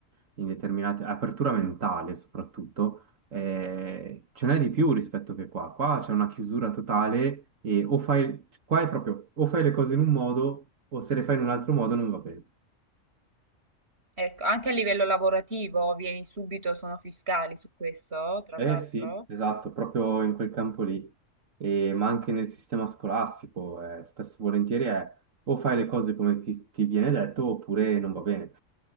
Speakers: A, on the right; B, on the right.
A: in determinate... apertura mentale soprattutto eh, ce n'è di più rispetto che qua. Qua c'è una chiusura totale e o fai, qua è proprio, o fai le cose in un modo o se le fai in un altro modo non va bene.
B: ecco, anche a livello lavorativo vieni subito, sono fiscali su questo, tra
A: Eh
B: l'altro.
A: sì, esatto, proprio in quel campo lì. E- ma anche nel sistema scolastico, eh, spesso e volentieri è o fai le cose come si- ti viene detto oppure non va bene.